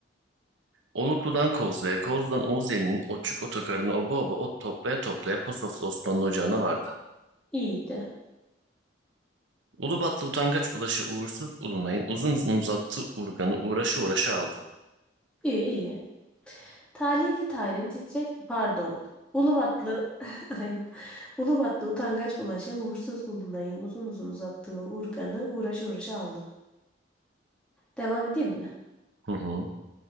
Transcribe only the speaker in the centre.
İyiydi.
İyi iyi. Talihli Tahir'in titrek pardon. Ulubatlı <laughs> aynen. Ulubatlı utangaç bulaşa uğursuz Ulunay'ın uzun uzun uzattığı urganı uğraşa uğraşa aldı. Devam edeyim mi?